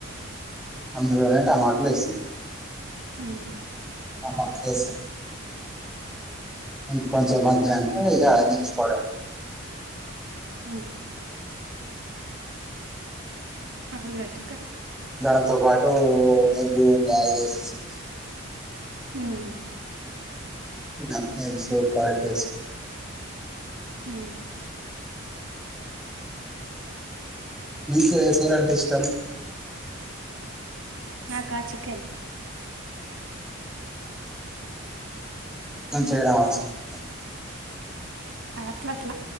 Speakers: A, in the centre; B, on the right.
A: అందులోనే టమాటాలు వేసి
B: హ్మ్
A: ఆహా <unintelligible> ఇంకా కొంచెం మగ్గినంక ఇగ దించుకోవడమే
B: హ్మ్ ఆలుగడ్డ కర్రీ
A: దాంతో పాటు ఎగ్గు బాయిల్ చేసేస్కొని
B: హ్మ్
A: <unintelligible> తిన్
B: హమ్
A: మీకు ఏ కూర అంటే ఇష్టం
B: నాకా చికెన్
A: చికెన్ చేయడం వచ్చా మీ
B: అట్ల అట్లా